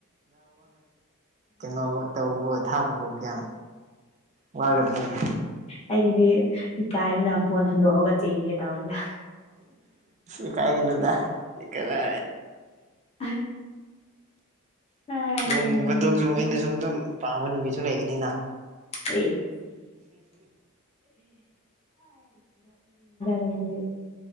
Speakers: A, on the right (about 30°); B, on the left (about 25°).
A: ꯀꯩꯅꯣ ꯇꯧꯕꯧꯕ ꯊꯥꯄꯕꯨ ꯀꯌꯥꯝ ꯋꯥꯒꯗ꯭ꯔꯣꯅꯦ
B: ꯑꯩꯗꯤ ꯏꯀꯥꯏ ꯑꯃꯅ ꯐꯣꯟ ꯍꯨꯟꯗꯣꯛꯑꯒ ꯆꯦꯟꯒꯦ ꯇꯧꯕꯅ
A: ꯏꯀꯥꯏꯒꯥꯅꯨꯗ ꯀꯗꯥ
B: <unintelligible> ꯅꯣꯛꯑꯦ
A: ꯅꯣꯡ ꯐꯥꯗꯣꯛꯁꯨ ꯑꯩꯅ ꯁꯨꯝ ꯑꯗꯨꯝ ꯄꯥꯝꯕ ꯅꯨꯃꯤꯠꯁꯨ ꯂꯩꯒꯅꯤꯅ
B: <unintelligible> ꯅꯗꯦ